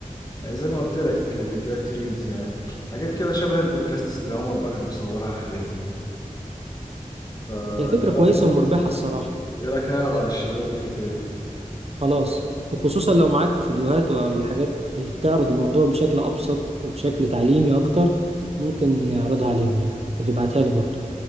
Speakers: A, on the left; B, on the right.
A: يعني زي ما قلت لك فيديوهات ريلز يعني حاجات كده شبه البودكاست اللي عمر بكر بيصورها حاليا فا
B: هي فكره
A: إيه
B: كويسه
A: رأيك
B: ومربحه الصراحه
A: إيه رأيك نعرض على الشباب الفكرة دي
B: خلاص وخصوصا لو معاك فيديوهات ولا حاجات بتعرض الموضوع بشكل ابسط وبشكل تعليمي اكتر ممكن نعرضها عليهم يعني وتبعتها لي برضه